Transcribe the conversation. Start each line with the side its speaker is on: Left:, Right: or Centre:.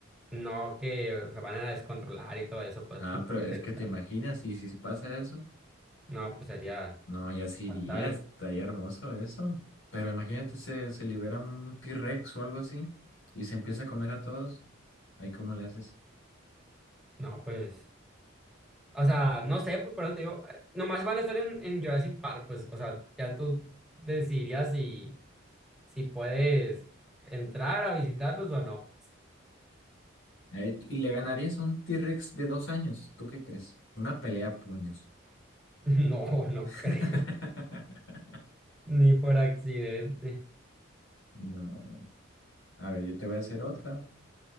Centre: No, que se van a descontrolar y todo eso, pues
Left: Ah,
Centre: así puede
Left: pero es
Centre: ser,
Left: que
Centre: claro.
Left: te imaginas, y si si pasa eso,
Centre: No, pues sería
Left: no, ya se iría,
Centre: fatal.
Left: estaría hermoso eso. Pero imagínate, se, se libera un T-Rex o algo así y se empieza a comer a todos. Ahí, ¿cómo le haces?
Centre: No, pues, o sea, no sé, pues por eso te digo, eh, nomás van a estar en, en Jurassic Park, pues, o sea, ya tú decidirías si, si puedes entrar a visitarlos o no, pues. <laughs>
Left: Ay, y le ganarías a un T-Rex de dos años, ¿tú qué crees? Una pelea a puños.
Centre: No, no
Left: <laughs>
Centre: creo, ni por accidente.
Left: No. A ver, yo te voy a hacer otra.